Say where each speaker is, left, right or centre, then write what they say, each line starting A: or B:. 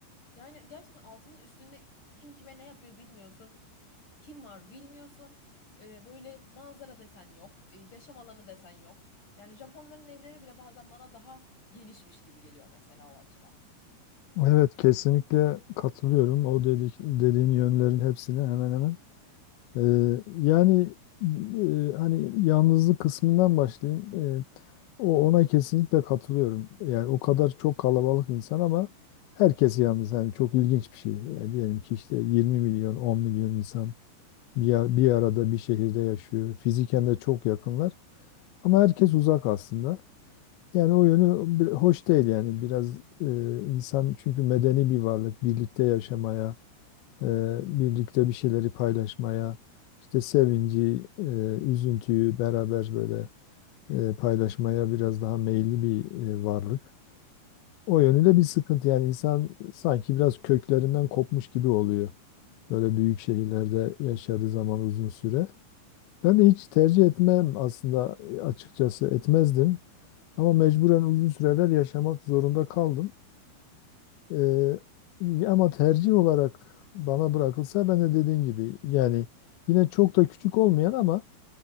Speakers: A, on the left (about 45°); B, on the left (about 80°).
A: Yani gerçekten altında üstünde kim kime ne yapıyor bilmiyorsun. Kim var bilmiyorsun. Ee, böyle manzara desen yok. Ee, yaşam alanı desen yok. Yani Japonların evleri bile bazen bana daha genişmiş gibi geliyor mesela o açıdan.
B: Evet kesinlikle katılıyorum. O dedik, dediğin yönlerin hepsine hemen hemen. Ee, yani e, hani yalnızlık kısmından başlayayım. Ee, o ona kesinlikle katılıyorum. Yani o kadar çok kalabalık insan ama herkes yalnız. Yani çok ilginç bir şey. Yani diyelim ki işte 20 milyon, 10 milyon insan bir, ar- bir arada bir şehirde yaşıyor. Fiziken de çok yakınlar ama herkes uzak aslında. Yani o yönü bir- hoş değil yani biraz e, insan çünkü medeni bir varlık birlikte yaşamaya, e, birlikte bir şeyleri paylaşmaya, işte sevinci, e, üzüntüyü beraber böyle e, paylaşmaya biraz daha meyilli bir e, varlık. O yönüyle bir sıkıntı yani insan sanki biraz köklerinden kopmuş gibi oluyor. Böyle büyük şehirlerde
A: Kesinlikle.
B: yaşadığı zaman uzun süre. Ben de hiç tercih etmem aslında e, açıkçası etmezdim. Ama mecburen uzun süreler yaşamak zorunda kaldım. Ee, ama tercih olarak bana bırakılsa ben de dediğin gibi yani yine çok da küçük olmayan ama